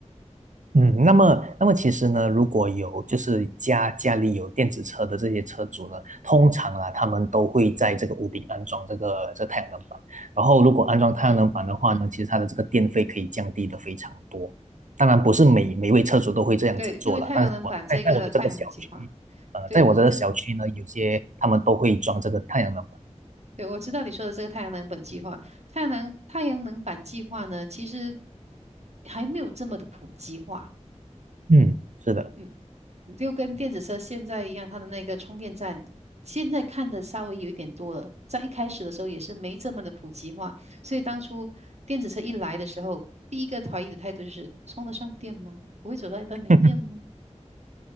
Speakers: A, on the right (about 85°); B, on the right (about 65°).
A: 嗯，那么，那么其实呢，如果有就是家家里有电子车的这些车主呢，通常啊，他们都会在这个屋顶安装这个这个太阳能板。然后，如果安装太阳能板的话呢，
B: 嗯，
A: 其实它的这个电费可以降低的非常多。当然，不是每每位车主都会这样子做了，
B: 对，因为太阳能板这个太阳能计划，
A: 但是我在在我的这个小区，呃，
B: 对，
A: 在我这个小区呢，
B: 因为这
A: 有些他们都会装这个太阳能板。
B: 对，我知道你说的这个太阳能板计划，太阳能太阳能板计划呢，其实还没有这么的普及化。
A: 嗯，是的，
B: 嗯，就跟电子车现在一样，它的那个充电站现在看的稍微有一点多了，在一开始的时候也是没这么的普及化，所以当初电子车一来的时候，第一个怀疑的态度就是充得上电吗？不会走到一半没电吗？
A: <laughs>